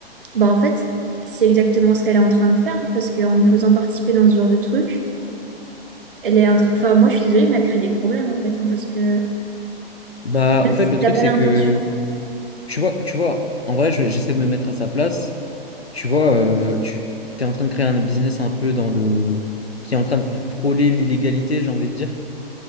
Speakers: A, on the right; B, on the left.
A: bah en fait, c'est exactement ce qu'elle est en train de faire parce qu'en nous faisant participer dans ce genre de truc, elle est en train- enfin moi je suis désolée mais elle crée des problèmes en fait hein, parce que
B: Bah,
A: même
B: en fait,
A: si
B: le truc,
A: elle n'a pas
B: c'est
A: l'intention.
B: que, tu vois, tu vois, en vrai, je- j'essaie de me mettre à sa place. Tu vois, euh, tu es en train de créer un business un peu dans le... qui est en train de frôler l'illégalité, j'ai envie de dire.